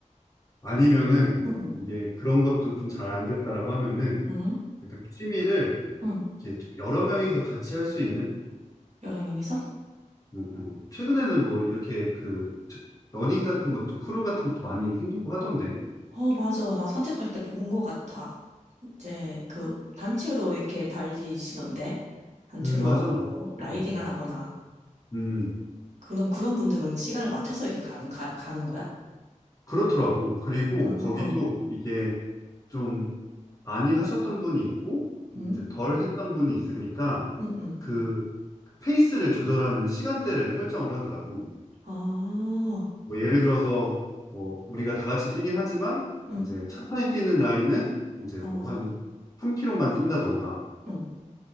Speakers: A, on the left; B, on the right.
A: 아니면은,
B: 응, 응,
A: 이게 그런 것도 좀 잘 안 됐다라고 하면은,
B: 응,
A: 약간 취미를
B: 응.
A: 이렇게 좀 여러 명이서 같이 할 수 있는?
B: 여러 명이서?
A: 음, 음. 최근에는 뭐 이렇게 그, 저- 러닝 같은 것도, 크루 같은 것도 많이 생기고 하던데.
B: 어, 맞아. 나 산책 갈 때 본 것 같아. 이제 그 단체로 이렇게 달리시던데? 단체로
A: 음, 맞아.
B: 라이딩을
A: 음, 음.
B: 하거나.
A: 음,
B: 그럼 그런 분들은 시간을 맞춰서 이렇게 가는, 가, 가는 거야?
A: 그렇더라고. 그리고
B: 아,
A: 거기도
B: 응.
A: 이게 좀 많이 하셨던 분이 있고, 이제
B: 응?
A: 덜 했던 분이 있으니까,
B: 응, 응.
A: 그, 페이스를 조절하는 시간대를 설정을 하더라고.
B: 아,
A: 뭐 예를 들어서 뭐 우리가 다 같이 뛰긴 하지만
B: 응.
A: 이제 천천히 뛰는 라인은 이제
B: 어,
A: 뭐 한 3km만 뛴다던가
B: 응.